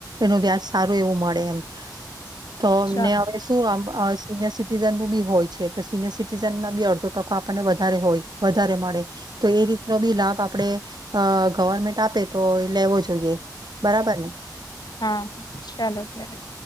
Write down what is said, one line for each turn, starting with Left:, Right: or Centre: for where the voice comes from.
Right: એનું વ્યાજ સારું એવું મળે એમ. તો અમને
Left: ચાલો
Right: હવે શું આમ અસ સિનિયર સિટીઝનનું બી હોય છે તો સિનિયર સિટીઝનમાં બી અડધો ટકો આપણને વધારે હોય વધારે મળે. તો એ રીતનો બી લાભ આપડે અ ગવર્મેન્ટ આપે તો લેવો જોઈએ બરાબર ને.
Left: હા ચાલો ત્યારે.